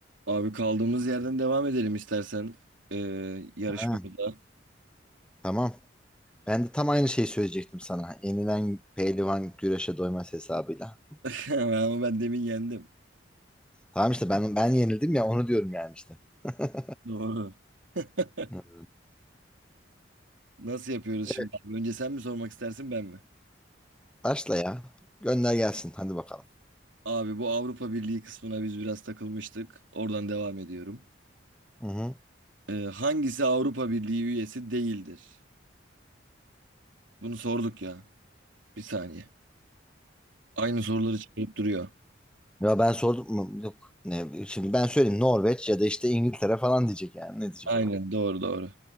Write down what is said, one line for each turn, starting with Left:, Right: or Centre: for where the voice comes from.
Right: Abi kaldığımız yerden devam edelim istersen ee, yarışmamıza.
Centre: Ha, tamam. Ben de tam aynı şeyi söyleyecektim sana. Yenilen pehlivan güreşe doymaz hesabıyla.
Right: <laughs> Ama ben demin yendim.
Centre: Tamam işte ben ben yenildim ya onu diyorum yani işte. <laughs>
Right: Doğru. <laughs>
Centre: Hı.
Right: Nasıl yapıyoruz
Centre: Evet
Right: şimdi abi? Önce sen mi sormak istersin ben mi?
Centre: başla ya. Gönder gelsin hadi bakalım.
Right: Abi bu Avrupa Birliği kısmına biz biraz takılmıştık. Oradan devam ediyorum.
Centre: Hı hı.
Right: Ee, hangisi Avrupa Birliği üyesi değildir? Bunu sorduk ya. Bir saniye. Aynı soruları çıkarıp duruyor.
Centre: Ya ben sordum mu? Yok. Ne, şimdi ben söyleyeyim Norveç ya da işte İngiltere falan diyecek yani. Ne diyecek
Right: Aynen
Centre: o zaman?
Right: doğru doğru.